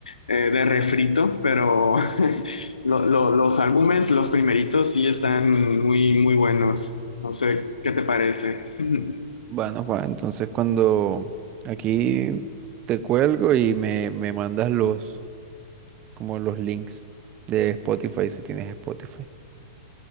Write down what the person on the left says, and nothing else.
eh, de refritos, pero <laughs> lo- lo- los álbumes, los primeritos, sí están muy, muy buenos. No sé qué te parece. <laughs>